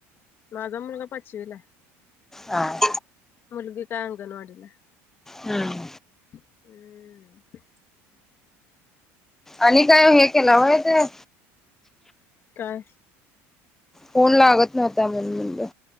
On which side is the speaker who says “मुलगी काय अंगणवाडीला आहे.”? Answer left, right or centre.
Left